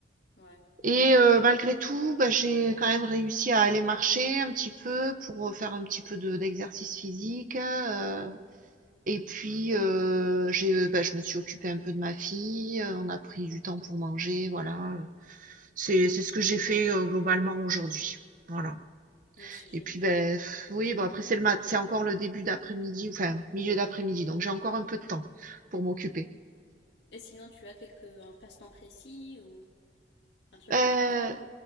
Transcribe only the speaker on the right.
Et euh, malgré tout, bah, j'ai quand même réussi à aller marcher un petit peu pour euh, faire un petit peu de d'exercice physique. euh, Et puis, heu, j'ai bah, je me suis occupée un peu de ma fille, heu, on a pris du temps pour manger, voilà, euh. C'est c'est ce que j'ai fait, heu, globalement aujourd'hui. Voilà.
Et puis, beh, oui, bon après c'est le mat c'est encore le début d'après-midi, enfin, milieu d'après-midi, donc j'ai encore un peu de temps pour m'occuper.
Heu,